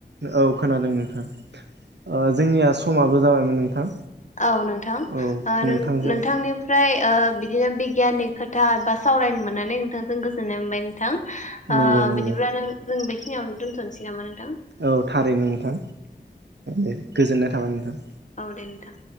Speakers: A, on the right; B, on the left.
A: औ खोनादों नोंथां ओ जोंनिया समाबो जाबायमोन नोंथां
B: औ नोंथां
A: औ
B: ओ नों
A: नोंथांजों
B: नोंथांनिफ्राय ओ बिदिनो बिगियाननि खोथा बा सावरायनो मोननानै नोंथांजों गोजोननाय मोनबाय नोंथां ओ
A: नंगौ नंगौ
B: बिदिबानो जों बेखिनियावनो दोनथ'नोसै नामा नोंथां
A: औ थारैनो नोंथां दे गोजोननाय थाबाय नोंथां
B: औ दे नोंथां